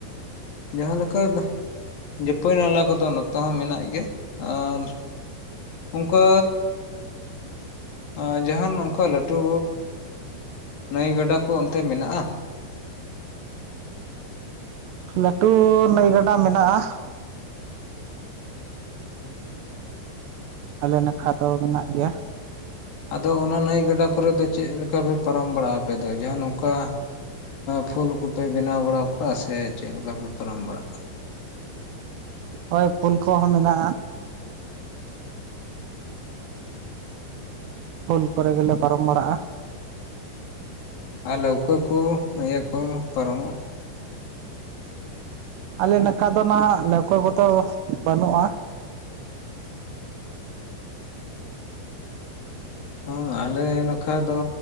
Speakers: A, on the left (about 55°); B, on the right (about 75°).
A: ᱼᱼ ᱡᱟᱦᱟᱸ ᱞᱮᱠᱟ ᱡᱟᱹᱯᱟᱹᱭ ᱱᱟᱞᱟ ᱠᱚᱫᱚ ᱱᱚᱛᱮ ᱦᱚᱸ ᱢᱮᱱᱟᱜ ᱜᱮᱭᱟ᱾ ᱟᱨ ᱼᱼ ᱚᱱᱠᱟ ᱟᱸ ᱡᱟᱦᱟᱱ ᱚᱱᱠᱟ ᱞᱟᱹᱴᱩ ᱱᱟᱹᱭ ᱜᱟᱰᱟ ᱠᱚ ᱚᱱᱛᱮ ᱢᱮᱱᱟᱜᱼᱟ?
B: ᱞᱟᱹᱴᱩ ᱱᱟᱹᱭ ᱜᱟᱰᱟ ᱢᱮᱱᱟᱜᱼᱟ। ᱟᱞᱮ ᱱᱟᱠᱷᱟ ᱫᱚ ᱢᱮᱱᱟᱜ ᱜᱮᱭᱟ᱾
A: ᱟᱫᱚ ᱚᱱᱟ ᱱᱟᱹᱭ ᱜᱟᱰᱟ ᱠᱚᱨᱮ ᱫᱚ ᱪᱮᱫ ᱞᱮᱠᱟᱯᱮ ᱯᱟᱨᱚᱢ ᱵᱟᱲᱟᱜᱼᱟ ᱟᱯᱮ ᱫᱚ? ᱡᱟᱦᱚᱱ ᱚᱱᱠᱟ ᱯᱷᱩᱞ ᱠᱚᱯᱮ ᱵᱮᱱᱟᱣ ᱵᱟᱲᱟ ᱠᱚᱣᱟ ᱥᱮ ᱪᱮᱫ ᱞᱮᱠᱟ ᱯᱮ ᱯᱟᱨᱚᱢ ᱵᱟᱲᱟᱜ ᱠᱟᱱᱟ?
B: ᱦᱳᱭ ᱯᱷᱳᱞ ᱠᱚᱦᱚᱸ ᱢᱮᱱᱟᱜᱼᱟ᱾ ᱯᱳᱞ ᱠᱚᱨᱮ ᱜᱮᱞᱮ ᱯᱟᱨᱚᱢ ᱵᱟᱲᱟᱜᱼᱟ᱾
A: ᱟᱨ ᱞᱟᱹᱣᱠᱟᱹ ᱠᱚ ᱤᱭᱟᱹ ᱠᱚ ᱯᱟᱨᱚᱢᱚᱜᱼᱟ
B: ᱟᱞᱮ ᱱᱟᱠᱷᱟ ᱫᱚ ᱱᱟᱜ ᱱᱟᱹᱣᱠᱟᱹ ᱠᱚᱫᱚ ᱵᱟᱹᱱᱩᱜᱼᱟ᱾
A: ᱦᱮ ᱟᱞᱮ ᱱᱚᱠᱷᱟ ᱫᱚ